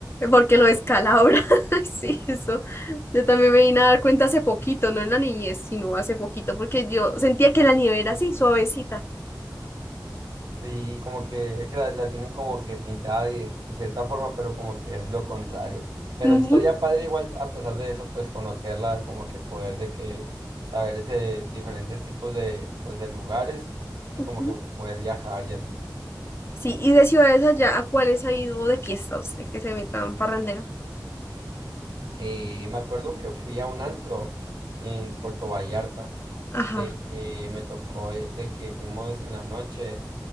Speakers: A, on the left (about 30°); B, on the right (about 85°).
A: Porque lo descalabra. <laughs> Ay, Sí, eso. Yo también me vine a dar cuenta hace poquito, no en la niñez, sino hace poquito, porque yo sentía que la nieve era así, suavecita.
B: Sí, como que es que la, la tienen como que pintada de, de cierta forma, pero como que es lo contrario. Pero
A: Ujú,
B: sí estaría padre igual, a pesar de eso, pues conocerla, como que poder de que saber ese diferentes tipos de, pues, de lugares y
A: ujú.
B: como que poder viajar y así, pues.
A: Sí, y de ciudades allá, ¿a cuáles ha ido de fiesta usted que se ve tan farrandero?
B: Eh, me acuerdo que fui a un antro en Puerto Vallarta,
A: Ajá.
B: de que me tocó, eh, de que fuimos en la noche